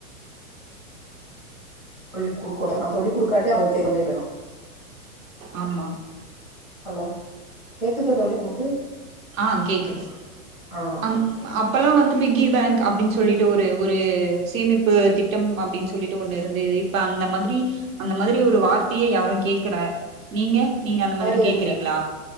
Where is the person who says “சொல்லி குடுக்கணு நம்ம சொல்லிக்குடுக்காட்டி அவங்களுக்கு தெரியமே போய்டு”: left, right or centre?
Centre